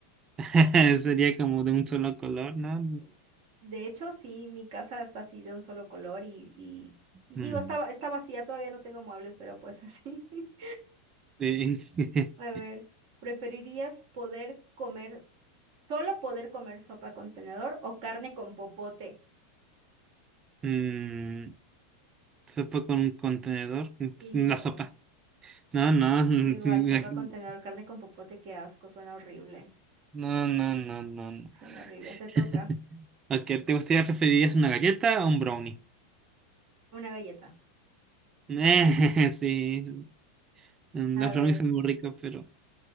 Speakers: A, on the right; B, on the right.
A: <laughs> Sería como de un solo color, ¿no?
B: Sí. De hecho, sí, mi casa está así de un solo color y, y, y
A: Mm,
B: digo, estaba, está va- está vacía, todavía no tengo muebles, pero pues así. <laughs>
A: sí. <laughs>
B: A ver, ¿preferirías poder comer, solo poder comer sopa con tenedor o carne con popote?
A: Mm, sopa con un contenedor.
B: Sí,
A: La
B: yo igual.
A: sopa. No, no. <laughs>
B: Yo igual, sopa con tenedor, carne con popote, qué asco, suena horrible.
A: No, no, no, no, no. no.
B: Suena horrible. Te toca
A: <laughs> Ok, ¿te gustaría preferirías una galleta o un brownie?
B: una galleta.
A: Eh, <laughs> sí. Los
B: A ver,
A: brownies son muy ricos, pero